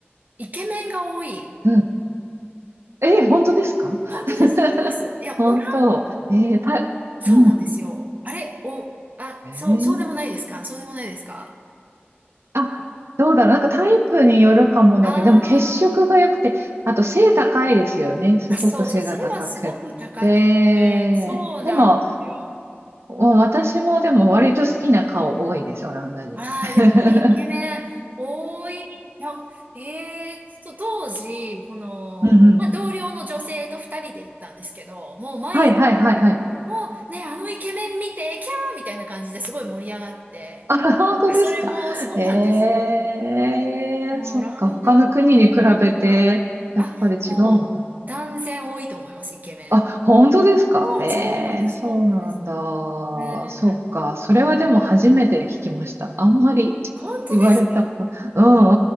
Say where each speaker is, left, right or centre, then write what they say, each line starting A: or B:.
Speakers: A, on the right; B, on the right.
A: イケメンが多い。
B: うん。えー本当ですか
A: 本当です、
B: <laughs>
A: 本当です。いや、
B: 本当。
A: オラン、
B: えーた、
A: そうなんですよ。
B: うん。
A: あれ、お、あ、
B: えー
A: そう、そうでもないですかそうでもないですか
B: あ、どうだろう。なんかタイプによるかもだけど、
A: あ
B: でも血色が良くて、あと背高いですよね。すごく背が高くって。
A: あ、そうそう、背はすごく高くて、そうなんですよ。
B: でも、もう私もでも割と好きな顔多いです、オランダ人。
A: ああ、
B: <laughs>
A: やっぱりイケメン多い。なえー、そう、当時、その、
B: うんうん。
A: まあ、同僚の女性と二人で行ったんですけど、もう毎日、
B: はいはいはいはい。
A: もうね、あのイケメン見て、キャーみたいな感じですごい盛り上がって、
B: あ、本当ですか。
A: それもそうなんですよ。
B: ええそっか、
A: オランダもイケメンが、
B: 他の国に比べて、やっぱり違うのかな。
A: あ、もう断然多いと思います、イケメン。
B: あ、本当ですかええ、
A: そう、そうなんです、
B: そうなんだ。
A: そうなんです。ね
B: そっか。
A: え。
B: それはでも初めて聞きました。あんまり
A: 本当ですか
B: 言われたこと。うんう